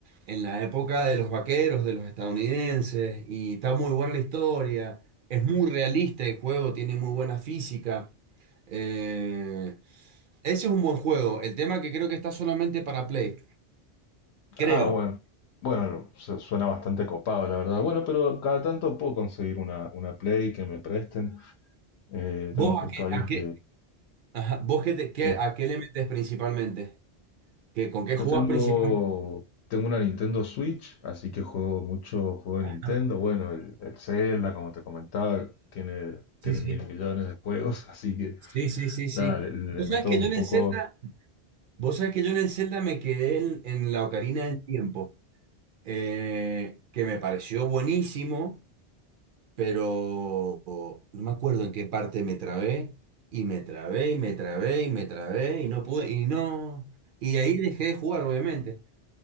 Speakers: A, on the right; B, on the left.
A: en la época de los vaqueros, de los estadounidenses, y está muy buena la historia, es muy realista el juego, tiene muy buena física. Eh, ese es un buen juego, el tema que creo que está solamente para Play, creo.
B: Ah, bueno. Bueno, su- suena bastante copado, la verdad. Bueno, pero cada tanto puedo conseguir una, una Play que me presten. Eh,
A: ¿Vos
B: tengo justo
A: a qué,
B: a alguien
A: a qué,
B: que...
A: ajá, vos qué te- qué-
B: Sí,
A: a qué le metes principalmente? ¿Qué, con qué
B: yo
A: jugás
B: tengo,
A: principalmente?
B: tengo una Nintendo Switch, así que juego mucho juego
A: Ajá,
B: de Nintendo. Bueno, el, el Zelda, como te comentaba, tiene,
A: Sí,
B: tiene
A: sí.
B: mil millones de juegos, <laughs> así que
A: Sí, sí, sí, sí.
B: nada, le, le
A: Vos
B: meto
A: sabés que
B: un
A: yo en
B: poco
A: el Zelda, vos sabés que yo en el Zelda me quedé en, en la Ocarina del Tiempo, eh, que me pareció buenísimo, pero no me acuerdo en qué parte me trabé, y me trabé, y me trabé, y me trabé, y no pude, y no. Y ahí dejé de jugar, obviamente.